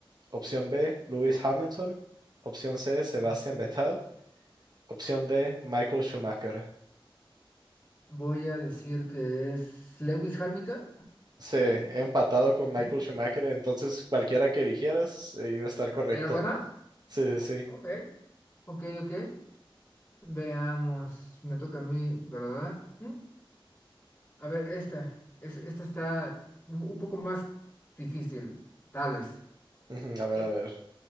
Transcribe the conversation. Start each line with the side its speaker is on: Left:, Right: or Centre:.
Right: Opción B, Lewis Hamilton. Opción C, Sebastian
Left: Ok.
Right: Vettel. Opción D, Michael Schumacher.
Left: Voy a decir que es Lewis Hamilton.
Right: Sí, he empatado con Michael
Left: ¿Sí?
Right: Schumacher, entonces cualquiera que dijeras eh, iba a estar correcta.
Left: ¿Era buena?
Right: Sí, sí, sí.
Left: Ok. Ok, ok. Veamos. Me toca a mí, ¿verdad? Mm. A ver, esta. Es, esta está un un poco más difícil, tal vez.
Right: Ujú, A ver,
Left: E-
Right: a ver.